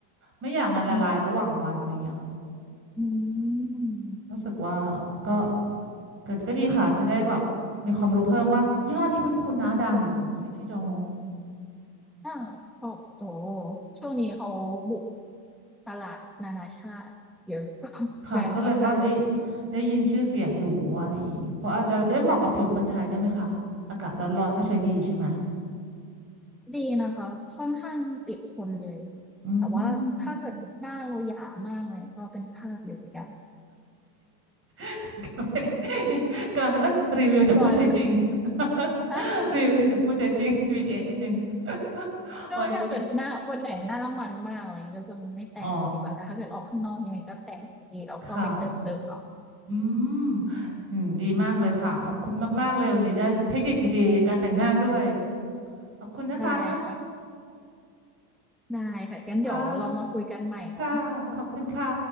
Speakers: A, on the right; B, in the centre.
A: ไม่อยากมันละลายระหว่างวันอะไรเงี้ยค่ะ
B: น้ำหนักขึ้นมาอืม
A: รู้สึกว่าก็เกิดก็ดีค่ะจะได้แบบมีความรู้เพิ่มว่ายี่ห้อนี้คุ้นๆนะดังอยู่เคที่ดอง
B: อาชอบโตช่วงนี้เขาบุกตลาดนานาชาติเยอะก็แบรนด์ค่อนข้างจะขึ้นชื่อ
A: ค่ะก็เลยว่าได้ได้ยินชื่อเสียงอยู่ว่าดีเพราะอาจจะได้เหมาะกับผิวคนไทยด้วยไหมคะอากาศร้อนๆก็ใช้ดีใช่ไหม
B: ดีนะคะค่อนข้างติดทนเลย
A: อืม
B: แต่ว่าถ้าเกิดหน้าเราหยามากเลยก็เป็นคราบอยู่เหมือนกัน
A: <laughs> กำลังเอ้ยรีวิวจากผู้ใช้จริง
B: จอยไม่ใช่
A: <laughs> รีวิวจากผู้ใช้จริง QA นิดนึง <laughs>
B: ก็ถ้าเกิดหน้าวันไหนหน้ามันมากอะไรอย่างเงี้ยก็จะไม่แต่งเลยดีกว่าแต่ถ้าเกิดออกข้างนอกยังไงก็แต่งอยู่ดีแล้วก็ไปเติมเติมเอา
A: วันนี้นีอ๋อค่ะอืมอืมดีมากเลยค่ะขอบคุณมากๆเลยวันนี้ได้เทคนิคดีๆการแต่งหน้าด้วยขอบคุณนะคะ
B: ได้ค่ะ ได้ค่ะงั้นเดี๋ยวเรามาคุยกันใหม่เนาะ
A: ค่ะค่ะขอบคุณค่ะ